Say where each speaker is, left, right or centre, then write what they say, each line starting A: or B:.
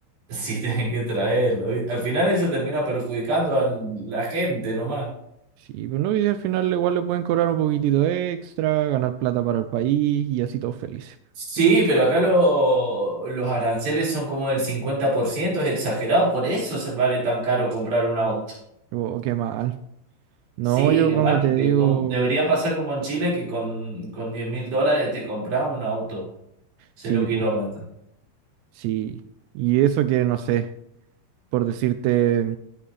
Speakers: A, on the right; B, on the right.
A: si tienen que traerlo? Y al final eso termina perjudicando a la gente nomás.
B: Sí, pues no, y al final igual le pueden cobrar un poquitito extra, ganar plata para el país y así todos felices.
A: Sí,
B: Sí.
A: pero acá lo- los aranceles son como del cincuenta por ciento es exagerado, por eso se vale tan caro comprar un auto.
B: Oh, qué mal. No,
A: Sí,
B: yo
A: qué
B: como
A: mal, porque
B: te digo,
A: como- debería pasar como en Chile que con, con 10 mil dólares te compras un auto, cero
B: sí,
A: kilómetros.
B: pues, sí. Y eso que no sé, por decirte.